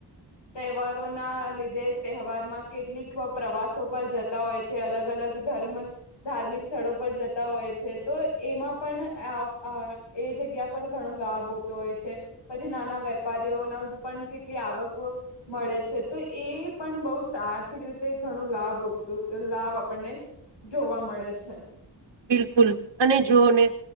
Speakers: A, on the left (about 85°); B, on the right (about 75°).
A: તહેવારોના લીધે તહેવારમાં કેટલીક પ્રવાસો પર જતા હોય છે અલગ અલગ ધર્મ ધાર્મિક સ્થળો પર જતા હોય છે, તો એમાં પણ એ જગ્યા પર ઘણો લાભ હોતો હોય છે પછી નાના વેપારીઓના પણ કેટલી આવક મળે છે તો એ પણ બહુ સાર રીતે ઘણું લાભું લાભ આપણને જોવા મળે છે,
B: બિલકુલ અને જોઓ ને